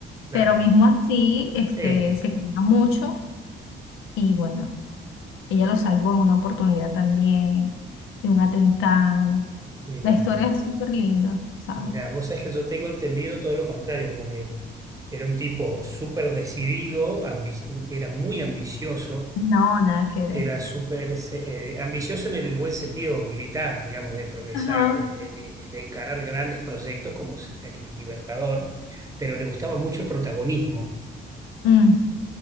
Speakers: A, on the right; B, on the left.
A: claro.
B: Pero mismo así, este,
A: Eh,
B: se quería mucho y bueno. Ella lo salvó en una oportunidad también de un atentado.
A: mira,
B: La historia es súper linda, ¿sabes?
A: mira, vos sabés que yo tengo entendido todo lo contrario, como que era un tipo súper decidido, ambi- era muy ambicioso,
B: No, nada que
A: era
B: ver.
A: súper se- eh, ambicioso en el buen sentido militar, digamos, de progresar,
B: Ajá.
A: de, de- de- de encarar grandes proyectos como ser el Libertador, pero le gustaba mucho el protagonismo
B: Mm.